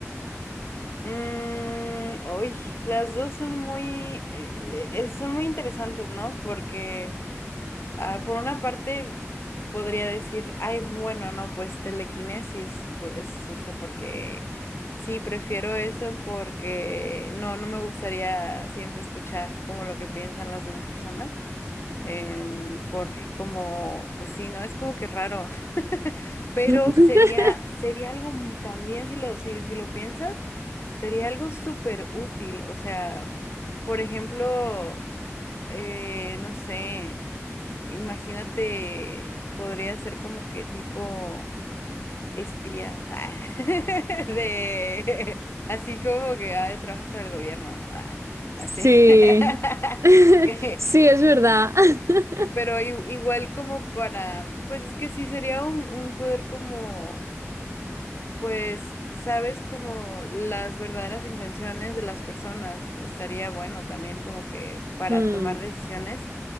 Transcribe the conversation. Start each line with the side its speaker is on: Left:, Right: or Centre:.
Left: Mm, uy, las dos son muy, eh, eh, son muy interesantes, ¿no? Porque Ah, por una parte, podría decir, ay, bueno, no, pues telequinesis, por, es, o sea, porque sí, prefiero eso porque no, no me gustaría siempre escuchar como lo que piensan las demás personas, em, por como, pues sí, no, es como que raro, <laughs> pero
Right: <laughs>
Left: sería, sería algo m- también, si lo, si, si lo piensas, sería algo súper útil, o sea, por ejemplo eh, no sé, Imagínate, podría ser como que tipo espía, ah, <laughs> de así como que ah, trabajas para el gobierno, ¿no? Ah, así.
Right: Sí,
Left: <laughs>
Right: <laughs> sí, es verdad. <laughs>
Left: Pero i- igual como para, pues es que sí sería un, un poder como, pues, sabes como las verdaderas intenciones de las personas. Estaría bueno también como que para
Right: Mm,
Left: tomar decisiones.